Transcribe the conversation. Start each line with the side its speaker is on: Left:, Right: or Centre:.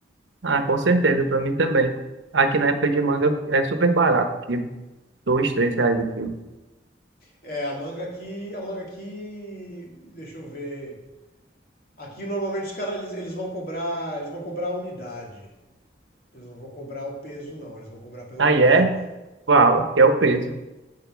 Right: Ah, com certeza, para mim também. Aqui na época de manga é super barato, o quilo. Dois, três reais o quilo.
Left: É, a manga aqui, a manga aqui, deixa eu ver. Aqui normalmente os caras eles, eles vão cobrar, eles vão cobrar a unidade. Eles não vão cobrar o peso, não, eles vão cobrar pela
Right: Aí
Left: unidade,
Right: é?
Left: né?
Right: Uau, que é o peso.